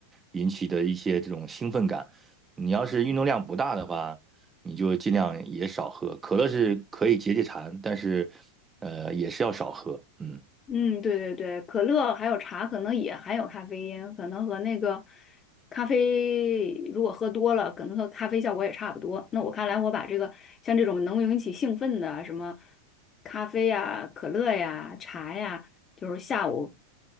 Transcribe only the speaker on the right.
引起的一些这种兴奋感。你要是运动量不大的话，你就尽量也少喝。可乐是可以解解馋，但是呃也是要少喝。嗯，